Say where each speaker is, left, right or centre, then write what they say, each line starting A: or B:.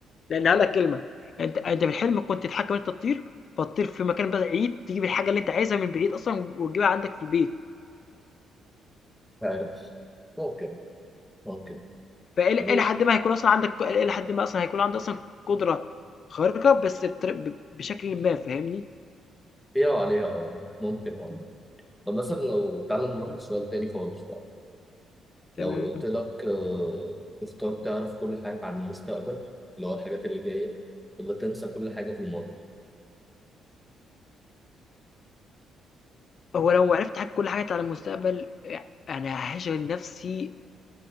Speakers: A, on the left (about 55°); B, in the centre.
A: لإن هاقول
B: لا
A: لك كلمة، أنت أنت في الحلم كنت تحكّم إن أنت تطير، فتطير في مكان بعيد، تجيب الحاجة اللي أنت عايزها من بعيد أصلًا وتجيبها عندك في البيت،
B: مش عارف ممكن ممكن
A: فإلى
B: يعني
A: إلى حدٍ ما هيكون أصلًا عندك إلى حدٍ ما أصلًا هيكون عندي أصلًا قدرة خارقة بس بطري ب بشكلٍ ما، فاهمني؟
B: فيها وعليها اه ممكن اه طب مثلا لو تعالى نروح لسؤال تاني خالص بقى
A: تمام.
B: لو قلت لك آه، تختار تعرف كل حاجة عن المستقبل اللي هو الحاجات اللي جاية ولا تنسى كل حاجة في الماضي
A: هو لو عرفت حاجة كل حاجة على المستقبل يع أنا هاشغل نفسي